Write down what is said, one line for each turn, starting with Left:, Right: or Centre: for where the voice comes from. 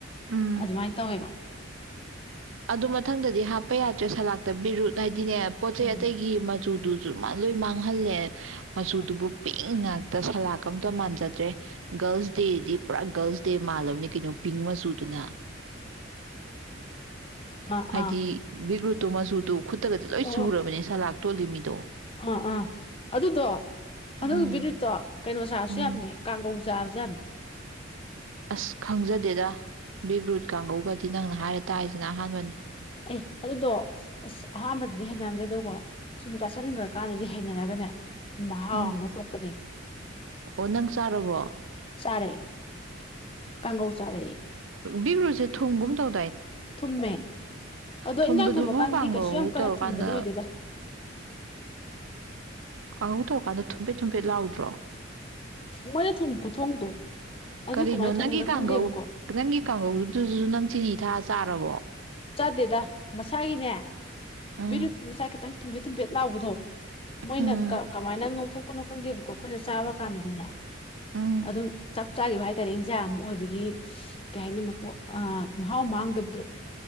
Right: ꯎꯝ
Left: ꯑꯗꯨꯃꯥꯏꯅ ꯇꯧꯋꯦꯕ
Right: ꯑꯗꯨ ꯃꯊꯪꯗꯗꯤ ꯍꯥ ꯂꯄ ꯌꯥꯗ꯭ꯔꯦ ꯁꯂꯥꯛꯇꯕꯤꯔ ꯑꯗꯨꯅꯦ ꯄꯣꯠ ꯆꯩ
Left: ꯎꯝ
Right: ꯑꯇꯩꯒꯤ ꯆ ꯆꯨꯗꯨꯁꯨ ꯃꯥ ꯂꯣꯏ ꯃꯥꯡꯍꯜꯂꯦ ꯃꯁꯨꯨꯗꯨꯕꯨ
Left: ꯍꯣꯏ
Right: ꯏꯪ ꯉꯥꯛꯇ ꯁꯂꯥ ꯑꯝꯇ ꯃꯥꯟꯖꯗ꯭ꯔꯦ ꯒꯔꯜꯁ ꯗꯦꯗꯤ ꯄꯨꯔꯥ ꯒꯔꯜꯁ ꯗꯦ ꯃꯥꯜꯂꯕꯅꯤ ꯀꯩꯅꯣ ꯄꯤꯡ ꯃꯆꯨ ꯄꯨꯅ
Left: ꯑꯥ
Right: ꯍꯥꯏꯗꯤ
Left: ꯑꯥ
Right: ꯕꯤꯕ ꯇꯃꯁꯨꯗꯣ ꯈꯨꯠꯇꯒꯗꯤ ꯂꯣꯏ
Left: ꯑꯣ
Right: ꯆ ꯁꯨꯔꯕꯅꯦ
Left: ꯑꯣ
Right: ꯁꯂꯥꯛꯇ ꯇꯣꯂꯤꯃꯤꯗꯣ
Left: ꯑꯥ ꯑꯥ ꯑꯗꯨꯗꯣ
Right: ꯎꯝ
Left: ꯑꯗꯨꯒꯤ ꯕꯤꯔꯨꯠꯇꯣ ꯀꯩꯅꯣ ꯁꯥꯔꯁꯨ
Right: ꯎꯝ
Left: ꯌꯥꯕꯅꯦ ꯀꯥꯡꯒꯧ ꯖꯝ
Right: ꯑꯁ ꯈꯪꯖꯗꯦꯗ ꯕꯤꯒꯔꯨꯠ ꯀꯥꯡꯒꯒꯗꯤ ꯅꯪꯅ ꯍꯥꯏꯔ ꯇꯥꯁ ꯁꯤꯅ ꯑꯍꯥꯟꯕꯅꯤ
Left: ꯑꯦ ꯑꯗꯨꯗꯣ ꯑꯁ ꯑꯍꯥꯟꯕꯗꯗꯤ ꯍꯥꯏꯅꯔꯝꯗꯦ ꯑꯗꯣ ꯣ ꯁꯨꯝ ꯆꯥꯁꯤꯟꯈ꯭ꯔ ꯀꯥꯟꯗꯗꯤ ꯍꯩꯅꯔꯒꯅꯦ ꯃꯥꯃ
Right: ꯎꯝ
Left: ꯇꯨꯞꯄꯅꯦ
Right: ꯑꯣ ꯅꯪ ꯆꯥꯔꯕꯣ
Left: ꯆꯥꯔꯦ ꯀꯥꯡꯒꯧ ꯆꯥꯔꯦ
Right: ꯕꯤꯒ꯭ꯔꯨꯁꯦ ꯊꯣꯡꯒꯨꯝ ꯇꯧ
Left: ꯊꯨꯝꯃꯦ ꯑꯗꯣ
Right: ꯊꯨꯝꯕꯗꯨꯕꯨ
Left: ꯏꯟꯖꯥꯡ ꯊꯣꯡꯃꯛꯀꯥꯟꯗꯗꯤ
Right: ꯀꯥꯡꯒꯧ
Left: ꯀꯩꯁꯨ ꯌꯥꯝ ꯀꯟꯅ
Right: ꯇꯧꯔꯀꯥꯟꯗ
Left: ꯊꯨꯝꯝꯕꯗꯤ ꯑꯣꯏꯗꯦꯗ
Right: ꯀꯥꯡꯉꯧ ꯇꯧꯔꯀꯥꯟꯗ ꯊꯨꯝꯐꯦꯠ ꯊꯨꯝꯐꯦꯠ ꯂꯥꯎꯗ꯭ꯔꯣ
Left: ꯃꯣꯏꯅ ꯊꯨꯝꯕ ꯈꯨꯊꯣꯡꯗꯣ ꯑꯗꯨ
Right: ꯀꯔꯤꯅꯣ
Left: ꯀꯃꯥꯏꯅ ꯊꯣꯡꯕꯅꯣ
Right: ꯅꯪꯒꯤ ꯀꯥꯡꯒꯧ
Left: ꯈꯪꯗꯦꯕꯀꯣ
Right: ꯅꯪꯒꯤ ꯀꯥꯡꯒꯧꯗꯨꯁꯨ ꯅꯪ ꯆꯤꯅꯤ ꯄꯤꯊꯥ ꯆꯥꯔꯔꯕꯣ
Left: ꯆꯥꯗꯦꯗ ꯃꯁꯥꯒꯤꯅꯦ
Right: ꯎꯝ
Left: ꯃꯤꯔꯨ ꯃꯁꯥ ꯈꯤꯇꯪ ꯇꯨꯝꯕꯦꯠ ꯇꯨꯝꯕꯦ ꯂꯥꯎꯕꯗꯣ ꯃꯣꯏꯅ
Right: ꯎꯝ
Left: ꯀꯃꯥꯏꯅ ꯉꯧꯊꯣꯛ ꯄꯅ ꯈꯪꯗꯦꯕꯀꯣ ꯑꯩꯈꯣꯏꯅ ꯆꯥꯕ ꯀꯥꯟꯗꯗꯤꯅꯦ
Right: ꯎꯝ
Left: ꯑꯗꯨꯝ ꯆꯞ ꯆꯥꯈꯤꯕ ꯍꯥꯏꯇꯥꯔꯦ ꯆꯖꯥ ꯑꯃ ꯑꯣꯏꯕꯒꯤ ꯀꯩ ꯍꯥꯏꯅꯤ ꯃꯄꯣ ꯃꯍꯥꯎ ꯃꯥꯡꯗꯕꯗꯣ